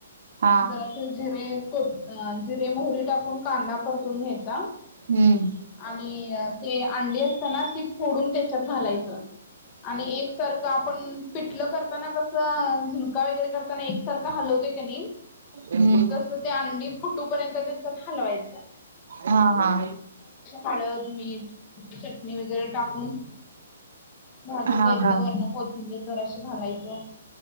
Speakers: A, on the right; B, on the left.
A: हा
B: जरास जिरे, को जिरे, मोहरी टाकून, कांदा परतून घ्यायचा.
A: हम्म.
B: आणि ते अंडी असताना, ती फोडून त्याच्यात घालायचं. आणि एकसारखं, आपण पिटलं करताना कसं, झुणका वगैरे करताना एकसारखं हलवतो, कणी.
A: हम्म
B: तस ते अंडी फुटू पर्यंत, त्याच्यात हलवायचं.
A: हा हा
B: हळद, मीठ, चटणी वगैरे टाकून. भाजून
A: हा
B: घ्यायचं,
A: हा
B: वरण कोथिंबीर जराशी घालायचं.